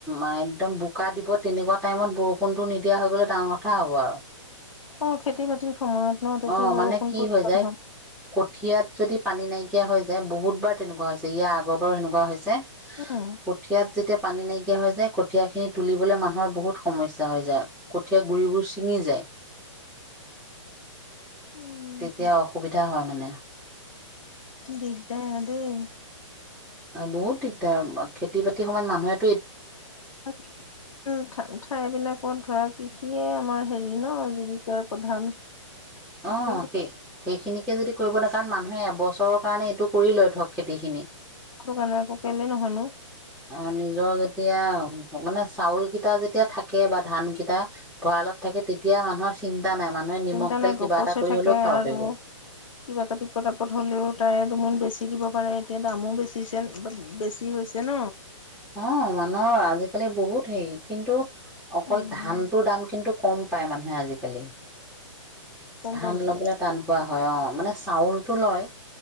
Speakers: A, in the centre; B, on the left (about 75°).
A: একদম বোকা দিব তেনেকুৱা টাইমত বৰষুণটো নিদিয়া হৈ গলৈ ডাঙৰ কথা হ'ব আৰু।
B: অহ খেতি বাতিৰ সময়ত ন? তেতিয়া
A: অ
B: বৰষুণ
A: মানে কি হৈ যায়
B: <unintelligible>
A: কঠিয়াত যদি পানী নাইকিয়া হৈ যায় বহুতবাৰ তেনেকুৱা হৈছে, ইয়াৰ আগৰ পৰাৰো সেনেকুৱা হৈছে।
B: উম
A: কঠিয়াত যেতিয়া পানী নাইকিয়া হৈ যায়, কঠীয়া খিনি তুলিবলৈ মানুহৰ বহুত সমস্যা হৈ যায়। কঠীয়া গুৰিবোৰ ছিঙি যায়।
B: উম
A: তেতিয়া অসুবিধা হয় মানে।
B: দিগদাৰ দেই।
A: অহ বহুত দিগদাৰ, খেতি বাতিৰ সময়ত মানুহে
B: <inaudible> ঠাই-ঠাইবিলাকত ধৰা কৃষিয়ে আমাৰ হেৰি ন? কি কয় প্ৰধান। গতিকে
A: অহ, সেই-সেইখিনিকে যদি কৰিব না কাৰণ মানুহে এবছৰৰ কাৰণে এইটো কৰি লয় ধৰক। খেতি খিনি
B: টো ক কেলে নহয়নো?
A: অ নিজৰ যেতিয়া, মানে চাউল কেইটা যেতিয়া থাকে বা ধান কেইটা ভঁৰালত থাকে তেতিয়া মানুহৰ চিন্তা নাই মানুহে নিমখ
B: চিন্তা নাই
A: তেল কিবা
B: গপচ
A: এটা
B: হৈ
A: কৰি
B: থাকে
A: হ'লেও খাব
B: আৰু,
A: পাৰিব।
B: কিবা এটা বিপদ আপদ হলেও তাই দুমোন বেছি দিব। এতিয়া দামো বেছি যেন কি হৈছে ন।
A: অ মানুহৰ আজিকালি বহুত হেৰি কিন্তু অকল
B: উম
A: ধানটোৰ দাম কিন্তু কম পায় মানুহে আজিকালি।
B: গম
A: ধান
B: পাই নেকি
A: লবলৈ টান পোৱা হয় অ। মানে চাউলটো লয়